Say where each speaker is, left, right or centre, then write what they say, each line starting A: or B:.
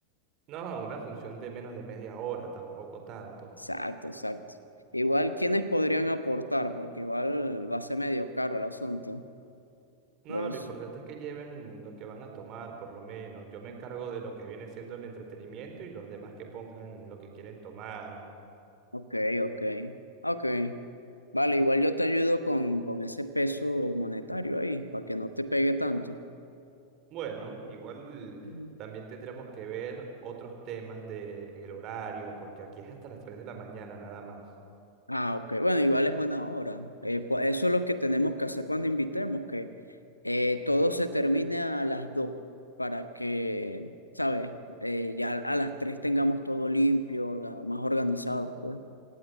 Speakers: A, on the right (about 35°); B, on the left (about 85°).
A: no, una función de menos de media hora, tampoco tanto.
B: Exacto, exacto. Igual, ¿quiénes podrían aportar? Porque igual va a ser medio caro el asunto.
A: No,
B: Pero es-
A: lo importante es que lleven lo que van a tomar, por lo menos. Yo me encargo de lo que viene siendo el entretenimiento y los demás que pongan lo que quieren tomar.
B: ok, ok, ok. Vale, igual yo te ayudo con, con ese peso monetario ahí, para que no te pegue tanto.
A: Bueno, igual
B: Ujú.
A: también tendremos que ver otros temas del horario, porque aquí es hasta las 3 de la mañana nada más.
B: Ah, ok. Bueno, igual es buena hora. Eh, pues eso es lo que tenemos que hacer cuando invitemos, que eh, todo se termine a las 2 para que, ¿sabes? Eh, ya a las 3 tengamos todo limpio, orga- más organizado, pues.